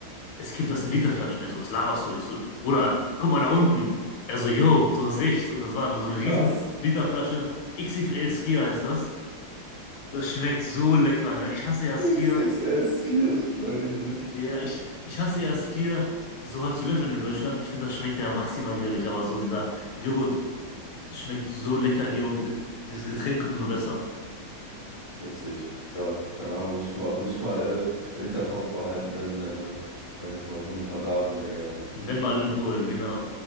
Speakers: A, on the left (about 75°); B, on the left (about 45°).
A: es gibt das in Literflaschen. Er so, was laberst du? Ich so, Bruder, guck mal nach unten. Er so, yo, du hast recht. Und das war einfach so eine
B: Krass.
A: riesen Literflasche. X X L Skier heißt das. Das schmeckt so lecker, ne? Ich hasse ja Skier.
B: XXS Skier ist crazy.
A: Ja, ich, ich hasse ja Skier so halt zu löffeln in Deutschland. Ich finde, das schmeckt ja maximal widerlich, aber so dieser Joghurt schmeckt so lecker hier und dieses Getränk umso besser.
B: Witzig. Ja, keine Ahnung, muss ich mal, muss ich mal äh, im Hinterkopf behalten, wenn, äh, wenn ich mal, wenn ich mal da bin, Digga.
A: Wenn mal in Polen, genau.